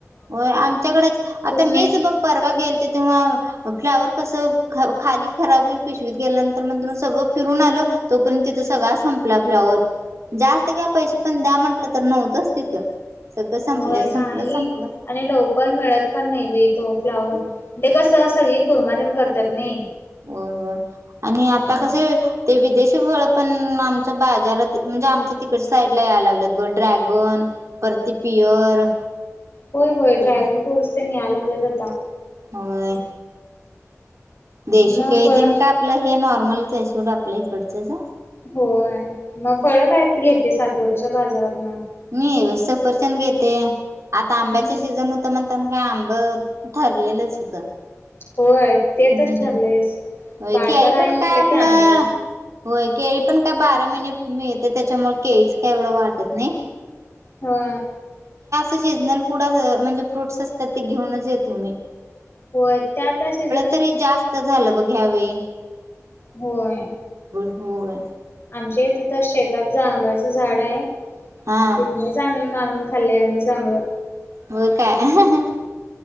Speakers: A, on the right (about 65°); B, on the left (about 50°).
A: हो आमच्याकडेच आता, मीच
B: नाही
A: बघ परवा गेलते तेव्हा, फ्लावर कसं खाली खराब होईल पिशवीत गेल्यानंतर मण सगळं फिरून आलं तोपर्यंत सगळा संपला. फ्लावर जास्त घ्या पैसे पण द्या म्हंटलं तर नव्हतंच तिथं. सगळं संपले
B: होय
A: संपलं
B: नाही
A: सं
B: आणि लवकर मिळत पण नाही बीेतो फ्लावरण
A: होय
B: ते कसं सगळी कुरमातन करतात नाही.
A: होय होय आणि
B: हम्म
A: आता कसे ते विदेश, त्याचा मुले पण आमचा बाजारात म्हणजे, आमच्या तिकडे साईडला यायला लागला पण ड्रॅगन पर ते पियर,
B: होय होय
A: ते
B: ड्रॅगन फ्रूटस ते म आलावलंगता
A: होयय देशी
B: मग
A: काही
B: फळ
A: देण कापलं हे नॉर्मल चैसूर आपल्याकड च का
B: होय मग फळ काय घेतेस आठवड्याच्या बाजारात, ना
A: मी सपचंद घेते आता
B: हम्म
A: आंब्याच सीझन होत. म्हणता कांब ठरलेलंच होतं,
B: होय ते
A: हम्
B: तरच
A: हम्
B: ठरलेस
A: हम्
B: बाजार
A: केळी
B: आहे
A: पण
B: म्हटलं
A: काय आपलं,
B: की आंबोन
A: होय केळी पण काय बारा महिने मिळते, त्याच्यामुळे केळीच काय एवढं वाटत नाही.
B: हा.
A: सीजनल फूड म्हणजे फ्रूट्स असतात, ते घेऊनच येतो मी.
B: होय त्या त्या सीजन,
A: तरी जास्त झालं बघ. या वेळी
B: होय,
A: होय,
B: आमच्या इथ तर शेतात जांबाळाच झाड आहे.
A: हा
B: तिथनच आणून आणून, खाल्ले आम्ही सांभळ
A: व काय, आहह